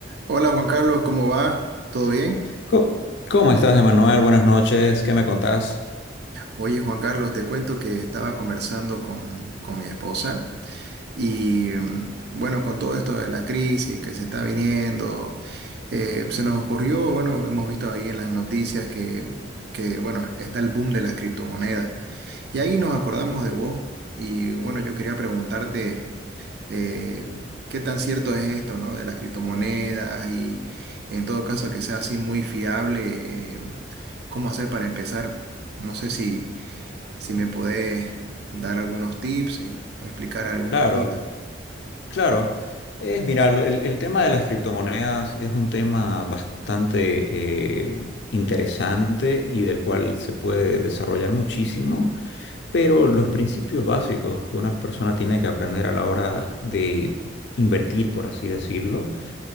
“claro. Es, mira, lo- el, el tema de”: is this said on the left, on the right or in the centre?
Left